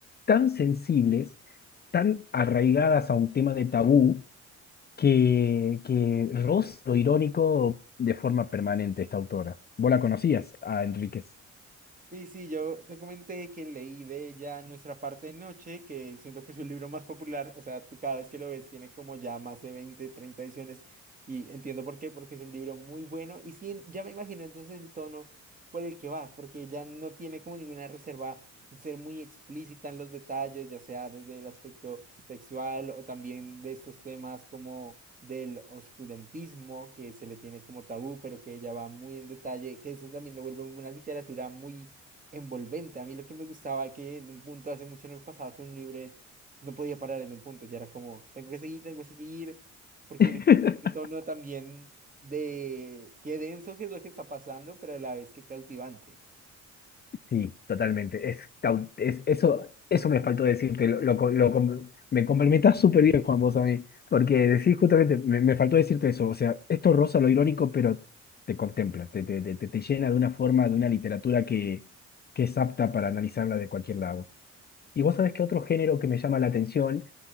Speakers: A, on the left (about 35°); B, on the right (about 25°).
A: tan sensibles, tan arraigadas a un tema de tabú, que, que roza lo irónico de forma permanente esta autora. ¿Vos la conocías a Enríquez?
B: Sí, sí, yo te comenté que leí de ella Nuestra parte de noche, que siento que es su libro más popular, o sea, tú cada vez que lo ves tiene como ya más de 20 30 ediciones y entiendo por qué, porque es un libro muy bueno y sí, ya me imagino entonces el tono por el que vas, porque ella no tiene como ninguna reserva en ser muy explícita en los detalles, ya sea desde el aspecto sexual o también de estos temas como del oscurantismo que se le tiene como tabú, pero que ella va muy en detalle, que eso también lo vuelve una literatura muy envolvente. A mí lo que me gustaba que en un punto hace mucho no me pasaba con un libro es, no podía parar en un punto, ya era como, tengo que seguir, tengo que seguir, porque
A: <laughs>
B: el el tono también de qué denso que es lo que está pasando, pero a la vez qué cautivante.
A: Sí, totalmente. Es, cau- es- eso, eso me faltó decirte. Lo, lo co- lo com- me complementas súper bien, Juan, vos a mí. Porque decís justamente, me, me faltó decirte eso. O sea, esto roza lo irónico, pero te contempla, te, te, te, te- te llena de una forma, de una literatura que, que es apta para analizarla de cualquier lado. Y vos sabés que otro género que me llama la atención,